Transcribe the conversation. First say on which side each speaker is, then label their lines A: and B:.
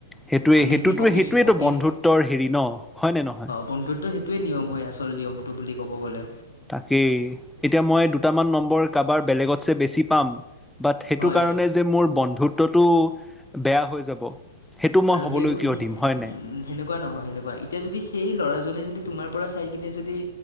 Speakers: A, in the centre; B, on the left.
A: সেইটোৱে,
B: আমি
A: সেইটোতে
B: যি কপিত
A: সেইটোইটো
B: কপিত
A: বন্ধুত্বৰ হেৰি ন হয়নে নহয়
B: বন্ধুত্বৰ সেইটোৱে <unintelligible> নিয়মটো বুলি ক'ব গ'লে
A: তাকেই এতিয়া মই দুটামান নম্বৰ কাৰোবাৰ বেলেগতছে বেছি পাম বাট সেইটো
B: হয়
A: কাৰণে যে মোৰ বন্ধুত্বটো বেয়া হৈ যাব সেইটো মই
B: আৰু
A: হ'বলৈ
B: সেইবোৰ
A: কিয়
B: উ সেনেকুৱা
A: দিম হয় নাই
B: নহয় সেনেকুৱা এতিয়া যদি সেই ল'ৰাজনে যদি তোমাৰ পৰা চাই কিনে যদি